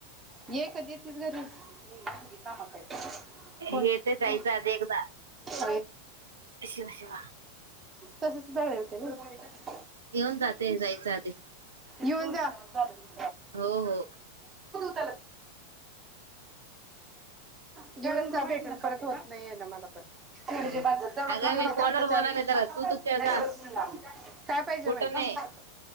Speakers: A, on the right (about 20°); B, on the right (about 70°).
A: ये कधी येतीस घरी? <unintelligible> कामात आय, कोण
B: येते जायचं
A: तू
B: आधी एकदा
A: <unintelligible> <unintelligible> आ
B: शिवा शिवा
A: तसच दळायचं ना? <unintelligible> टाकली.
B: येऊन जाते <unintelligible>
A: युन जा <unintelligible>
B: हो हो
A: <unintelligible> हम्म <inaudible> नायीने ना मला पण <unintelligible> तेवढ
B: हो अगं
A: खा म्हणावं
B: मी
A: ते
B: फोनवर
A: तर आता चार
B: बोलायले
A: <unintelligible>
B: जरा तू तू खेळ जा
A: काय पाहिजे
B: कुठं
A: म्हण <unintelligible>
B: नाही